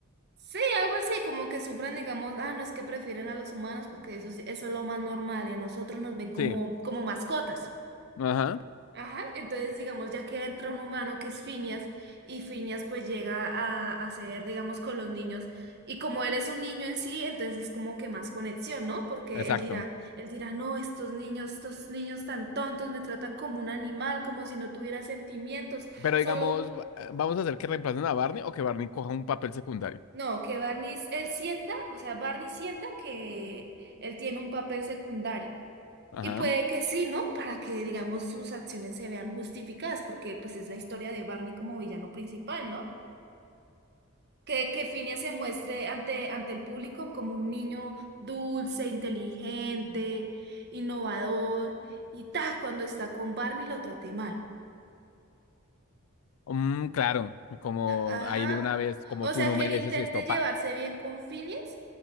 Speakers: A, on the right (about 50°); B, on the left (about 75°).
A: Sí, algo así, como que sufren, digamos, ah, no es que prefieren a los humanos porque eso, es- eso es lo más normal y a nosotros nos ven como,
B: Sí.
A: como mascotas.
B: Ajá.
A: Ajá, entonces, digamos, ya que entra un humano que es Phineas y Phineas pues llega a, a ser, digamos, con los niños y como él es un niño en sí, entonces es como que más conexión, ¿no? Porque
B: Exacto.
A: él dirá, él dirá, no, estos niños, estos niños tan tontos me tratan como un animal, como si no tuviera sentimientos,
B: Pero
A: solo...
B: digamos, va- eh, vamos a hacer que reemplacen a Barney o que Barney coja un papel secundario.
A: No, que Barney, él sienta, o sea, Barney sienta que él tiene un papel secundario.
B: Ajá.
A: Y puede que sí, ¿no? Para que, digamos, sus acciones se vean justificadas, porque pues es la historia de Barney como villano principal, ¿no? Que, que Phineas se muestre ante, ante el público como un niño dulce, inteligente, innovador, y ta, cuando está con Barney lo trate mal.
B: Mm, claro. Como
A: Ajá.
B: ahí de una vez, como
A: O
B: tú
A: sea,
B: no
A: que
B: mereces
A: él intente
B: esto,
A: llevarse
B: pa.
A: bien con Phineas,